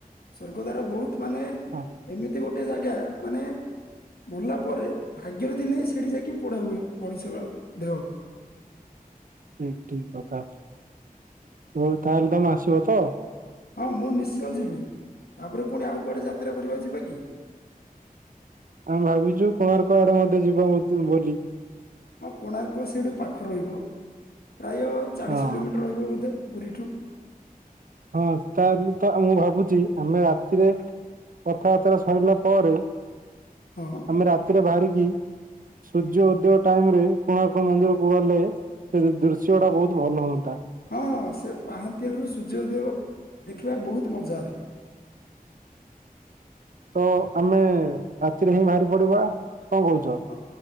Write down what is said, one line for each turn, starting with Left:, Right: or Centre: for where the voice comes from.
Left: ସ୍ଵର୍ଗଦ୍ୱାର ବହୁତ ମାନେ
Right: ହଁ
Left: ଏମିତି ଗୋଟେ ଜାଗା ମାନେ ମଲା ପରେ ଭାଗ୍ୟର ଥିଲେ ସେଠି ଯାଇକି ପୋଡା ହୁଏ। ମଣିଷ ଦେହ
Right: ଠିକ ଠିକ କଥା, ହ ତାହେଲେ ତମେ ଆସିବ ତ?
Left: ହଁ ମୁଁ ନିଶ୍ଚୟ ଯିବି। ତାପରେ ପୁଣି ଆଉ କୁଆଡେ ଯାତ୍ରା ପଡିବ ଯିବା କି?
Right: ଆମେ ଭାବିଛୁ କୋଣାର୍କ ଆଡେ ମଧ୍ୟ ଯିବା ଚ ବୁଲି।
Left: ହଁ କୋଣାର୍କ ସେଇଠୁ ପାଖ ରହିବ। ପ୍ରାୟ ଚାଳିଶ
Right: ହଁ
Left: କିଲୋମିଟର ରହିବ ବୋଧେ ପୁରୀଠୁ।
Right: ହଁ ତାହେଲେ ତ ମୁଁ ଭାବୁଛି ଆମେ ରାତିରେ କଥାବାର୍ତ୍ତା ସରିଲା ପରେ
Left: ହଁ
Right: ଆମେ ରାତିରେ ବାହାରିକି ସୂର୍ଯ୍ୟ ଉଦୟ ଟାଇମରେ କୋଣାର୍କ ମନ୍ଦିର କୁ ଗଲେ ସେ ଦୃଶ୍ୟ ଟା ବହୁତ ଭଲ ହୁଅନ୍ତା।
Left: ହଁ ସେ ପାହାନ୍ତିଆରୁ ସୂର୍ଯ୍ୟୋଦବ ଦେଖିବା ବହୁତ ମଜା।
Right: ତ ଆମେ ରାତିରେ ହିଁ ବାହାରି ପଡିବା। କଣ କହୁଛ?
Left: ହଁ